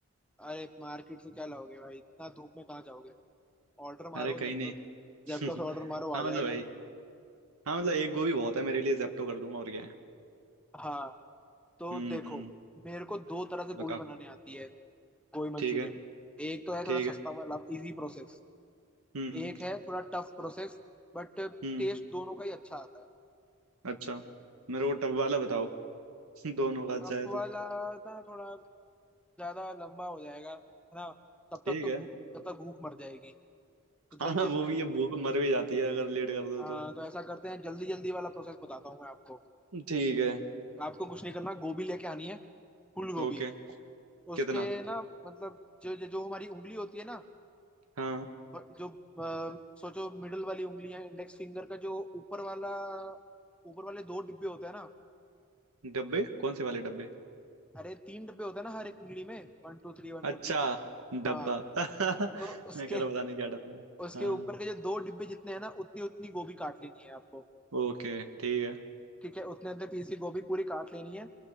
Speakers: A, in the centre; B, on the right (about 80°).
A: अरे मार्केट से क्या लाओगे भाई इतना धूप में कहाँ जाओगे ऑर्डर मारो
B: अरे कहीं
A: जेप्टो
B: नहीं <laughs>
A: जेप्टो से ऑर्डर मारो आ
B: हाँ मतलब
A: जाएगा
B: भाई हाँ मतलब एक गोभी बहुत है मेरे लिए जेप्टो कर दूंगा और क्या है
A: हाँ तो
B: हम्म
A: देखो मेरे को दो तरह से गोभी
B: बताओ
A: बनाने आती है गोभी मंचूरियन
B: ठीक है
A: एक तो है
B: ठीक
A: थोड़ा सस्ता
B: है
A: वाला इजी प्रोसेस
B: हम्म
A: एक है थोड़ा टफ प्रोसेस बट
B: हम्म
A: टेस्ट दोनों का ही अच्छा आता है
B: अच्छा मेरे को टब वाला बताओ <laughs> दोनों का अच्छा
A: टफ
B: है
A: वाला
B: तो
A: ना थोड़ा ज्यादा लंबा हो जाएगा है ना तब
B: ठीक
A: तक तो
B: है
A: भूख
B: <laughs>
A: तब तक भूख मर जाएगी तो जल्दी
B: हाँ हाँ,
A: जल्दी
B: वो भी है भूख मर भी जाती है अगर लेट कर दो
A: हाँ
B: तो
A: तो ऐसा करते हैं जल्दी जल्दी वाला प्रोसेस बताता हूँ मैं आपको
B: ठीक है
A: आपको कुछ नहीं करना गोभी लेके आनी है फूल गोभी
B: ओके कितना
A: उसके ना मतलब जो जो जो हमारी उंगली होती है ना
B: हाँ
A: और जो अ, सोचो मिडल वाली उंगली है इंडेक्स फिंगर का जो ऊपर वाला ऊपर वाले दो डिब्बे होते हैं ना
B: डब्बे कौन से वाले डब्बे
A: अरे तीन डिब्बे होते हैं ना हर एक उंगली में one two three one
B: अच्छा
A: two three
B: डब्बा
A: हाँ
B: <laughs> मैं
A: तो उसके
B: कह रहा पता नहीं क्या डब्बा है
A: उसके
B: हाँ
A: ऊपर के जो दो डिब्बे जितने हैं ना उतनी उतनी गोभी काट लेनी है आपको
B: ओके ठीक है
A: ठीक है उतने उतने पीस की गोभी पूरी काट लेनी है